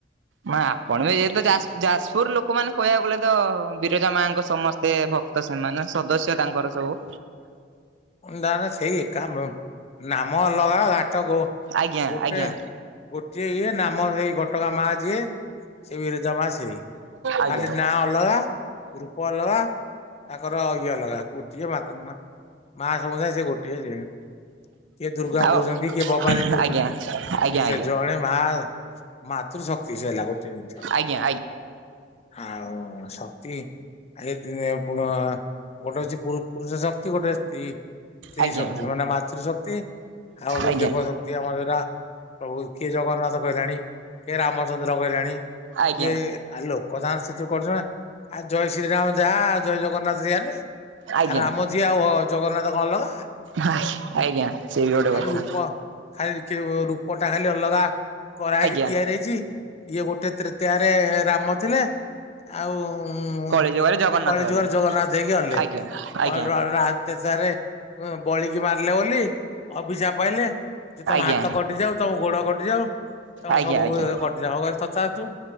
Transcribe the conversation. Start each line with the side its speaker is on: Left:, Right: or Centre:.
Right: ମା ଆପଣ ବି ଯେହେତୁ ଯାସ୍ ଯାଜପୁର ଲୋକମାନେ କହିବାକୁ ଗଲେ ତ, ବିରଜା ମାଙ୍କ ସମସ୍ତେ ଭକ୍ ତ ସେମାନେ ସଦସ୍ୟ, ତାଙ୍କର ସବୁ।
Left: ନା ନା ସେଇା ଏକ ମ୍ ନାମ ଅଲଗା ଘା ତ ଗୋ
Right: ଆଜ୍ଞା
Left: ଗୋଟେ
Right: ଆଜ୍ଞା
Left: ଗୋଟିଏ ଇଏ ନାମ ସେଇ, ଘଟଗା ମା ଯିଏ। ସେ ବିରଜା ମା ସେଇ,
Right: ଆଜ୍ଞା
Left: ଖାଲି ନା ଅଲଗା, ରୂପ ଅଲଗା। ତାଙ୍କର ଇଏ ଅଲଗା, ଗୋଟିଏ ମାତ ମା ମା ସବୁ ସେ, ସେ ଗୋଟିଏ ସେ। କିଏ ଦୁର୍ଗା
Right: ଆଉ
Left: କହୁଛନ୍ତି, କିଏ ଭବାନୀ କହୁଛନ୍ତି,
Right: ଆଜ୍ଞା ଆଜ୍ଞା
Left: ସେ ଜଣେ ମା ମାତୃ ଶକ୍ତି ସେ ହେଲା ଗୋଟିଏ ଜିନିଷ।
Right: ଆଜ୍ଞା।
Left: ଆଉ ଶକ୍ତି ଆ ଦିନ ଗୋଟେ ଅଛି ପୁରୁଷ ଶକ୍ତି ଗୋଟେ ଆସିଛି <unintelligible> ସ୍୍ରିଶକ୍ତି
Right: ଆଜ୍ଞା ଆଜ୍ଞା ଆଜ୍ଞା
Left: ମାନେ ମାତୃଶକ୍ତି ଆଉ ଗୋଟେ
Right: ଆଜ୍ଞା
Left: ଦେବ ଶକ୍ତି ଆମା ପ୍ରଭୁ କିଏ ଜଗନ୍ନାଥ କହିଲାଣି, କିଏ ରାମଚନ୍ଦ୍ର କହିଲାଣି,
Right: ଆଜ୍ଞା
Left: କିଏ ଆ ଲୋକ ତାନ୍ ସେତୁରୁ କରଛନ୍ତି। ଆଉ ଜୟ ଶ୍ରୀରାମ ଯା, ଜୟ ଜଗନ୍ନାଥ ସେଇଆ ନୁହେଁ?
Right: ଆଜ୍ଞା।
Left: ଆରେ ରାମ ଯିଏ, ଆଉ ଜଗନ୍ନାଥ କଣ ଅଲଗା? <inaudible>
Right: ଆଜ୍ଞା ଆଜ୍ଞା ସେ ବି ଗୋଟେ
Left: ଖାଲି
Right: କଥା
Left: ରୂପ, ଖାଲି କେଏ ରୁପଟା ଖାଲି ଅଲଗା କରାହେଇକି
Right: ଆଜ୍ଞା।
Left: ତିଆର୍ ହେଇଚି, ଇଏ ଗୋଟେ ତୃତୀୟାରେ, ରାମ ଥିଲେ। ଆଉ ଉଁ ଉଁ
Right: କଳି ଯୁଗରେ ଜଗନ୍ନାଥ
Left: କଳି
Right: ହେଲେ
Left: ଯୁଗରେ ଜଗନ୍ନାଥ ହେଇକି ଗଲେ
Right: ଆଜ୍ଞା ଆଜ୍ଞା
Left: କ <unintelligible> ସାରେ ବଳିକି ମାରିଲେ ବୋଲି, ଅଭିଶା ପାଇଲେ। ଯେ ତମେ
Right: ଆଜ୍ଞା
Left: ହାତ କଟିଯାଉ, ତମ ଗୋଡ କଟିଯାଉ, ତମେ
Right: ଆଜ୍ଞା
Left: ସବୁ
Right: ଆଜ୍ଞା
Left: ଅଅ କ୍ ଯାହାହୋଉ ତଥାସ୍ତୁ